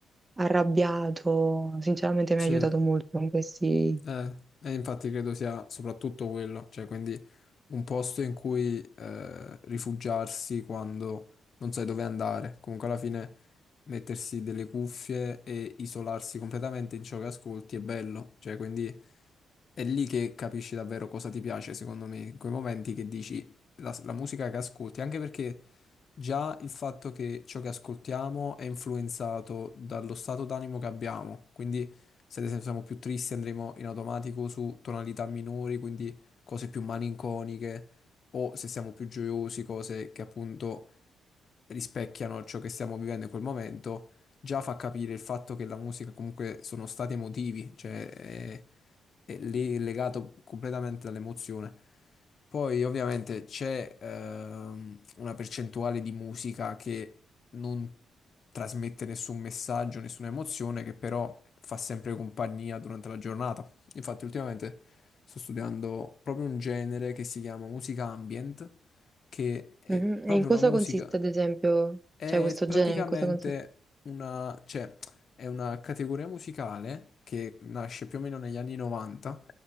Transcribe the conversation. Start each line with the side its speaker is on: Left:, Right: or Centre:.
Right: arrabbiato. Sinceramente mi
Left: Sì.
Right: ha aiutato molto in questi...
Left: Eh, e infatti credo sia soprattutto quello, cioè quindi un posto in cui eh, rifugiarsi quando non sai dove andare, comunque alla fine mettersi delle cuffie e isolarsi completamente in ciò che ascolti è bello, cioè quindi è lì che capisci davvero cosa ti piace, secondo me, in quei momenti che dici la, la musica che ascolti, anche perché già il fatto che ciò che ascoltiamo è influenzato dallo stato d'animo che abbiamo, quindi se ad esempio siamo più tristi andremo in automatico su tonalità minori, quindi cose più malinconiche, o se siamo più gioiosi, cose che appunto rispecchiano ciò che stiamo vivendo in quel momento, già fa capire il fatto che la musica comunque sono stati emotivi, cioè è, è lì legato completamente all'emozione. Poi ovviamente c'è ehm, una percentuale di musica che non trasmette nessun messaggio, nessuna emozione, che però fa sempre compagnia durante la giornata. Infatti ultimamente sto studiando proprio un genere che si chiama musica ambient, che è
Right: Mhm.
Left: proprio
Right: E in cosa
Left: una musica.
Right: consiste, ad esempio,
Left: È
Right: cioè questo
Left: praticamente
Right: genere, in cosa consiste?
Left: una, cioè, è una categoria musicale che nasce più o meno negli anni 90,